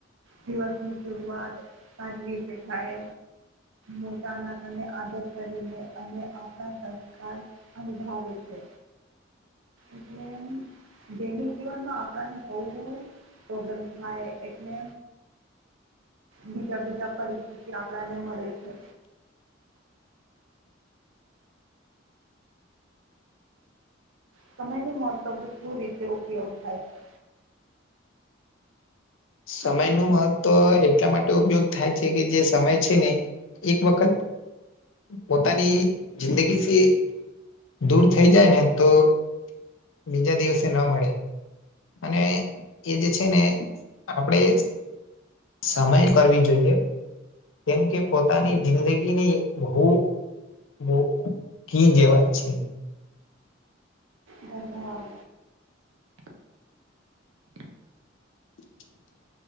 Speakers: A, on the right; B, on the left.
A: દિવસની શરૂઆત સારી રીતે થાય, મોટા નાનાને આદર કરીને અને આપણા સંસ્કાર અનુભાવે છે, એટલે દૈનિક જીવનમાં આપડા ને બો પ્રોબ્લેમ થાય, એટલે બીજા બીજા પરિસ્થિતિ આપડા ને મળે છે સમયને મહતવું શું રીતે ઉપયોગ થાય છે?
B: સમય નું મહત્વ એટલા માટે ઉપયોગ થાય છે કે જે સમય છે ને એક વખત પોતાની જિંદગીથી દૂર થઈ જાય ને તો બીજા દિવસે ન મળે અને એ જે છે ને આપડે સમય કરવી જોઈએ, કેમકે પોતાની જિંદગીની બહુ બો કી જેવાજ છે.
A: ધ્યાનવાદ
B: <inaudible>